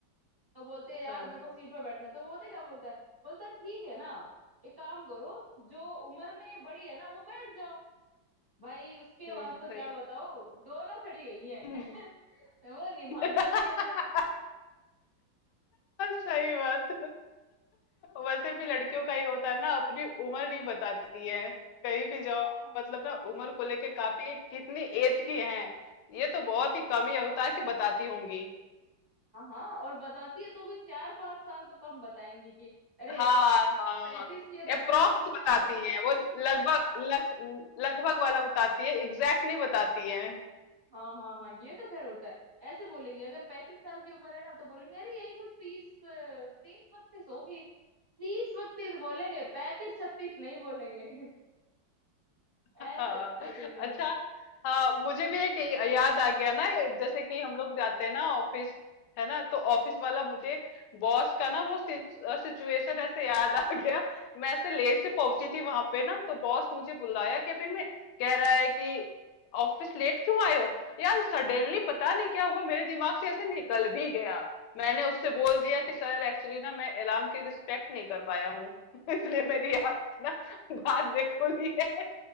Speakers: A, on the right; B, on the left.
A: तो बोलते हैं यार
B: हाँ
A: मेरे को सीट पे बैठना है तो वो होते क्या बोलता है बोलता है ठीक है ना एक काम करो जो उम्र में बड़ी है ना वो बैठ जाओ भाई उसके
B: हम्म
A: बाद तो
B: सही
A: क्या बताओ दोनों खड़ी गई हैं
B: हम्म।
A: वो नहीं
B: <laughs>
A: मान सकती अपने आप
B: सही बात वैसे भी लड़कियों का ही होता है ना अपनी उम्र नहीं बताती है कहीं भी जाओ
A: को
B: मतलब ना उम्र को लेके काफी कितनी एज की है ये तो बहुत ही कम ही होता है कि बताती होंगी
A: हाँ हाँ और बताती है तो भी चार पांच साल तो कम बताएंगी कि अरे
B: हाँ
A: यार
B: हाँ
A: पैंतीस की है तो
B: अप्रोक्स
A: बोलेंगे
B: बताती
A: यार अभी
B: हैं
A: जस्ट
B: वो
A: तीस
B: लगभग
A: हाँ
B: लग, लगभग वाला बताती है एग्जैक्ट नहीं बताती है
A: हाँ हाँ हाँ ये तो खैर होता है ऐसे बोलेंगी अगर पैंतीस साल की उम्र है ना तो बोलेंगे अरे यही कुछ तीस तीस बत्तीस होगी तीस बत्तीस बोलेंगे पैंतीस छत्तीस नहीं बोलेंगे <laughs>
B: हाँ
A: ऐसे होता है सीन
B: अच्छा हाँ मुझे भी एक याद आ गया ना ये जैसे कि हम लोग जाते हैं ना ऑफिस है ना तो ऑफिस वाला मुझे बॉस का ना वो सिचुएशन ऐसे याद आ गया मैं ऐसे लेट से पहुंची थी वहां पे ना तो बॉस मुझे बुलाया केबिन में कह रहा है कि ऑफिस लेट क्यों आए हो यार सडनली पता नहीं क्या हुआ मेरे दिमाग से ऐसे निकल भी गया मैंने उससे बोल दिया कि सर एक्चुअली ना मैं अलार्म की रिस्पेक्ट नहीं कर पाया हूँ <laughs> इसलिए मेरी आंख ना बाद में खुली है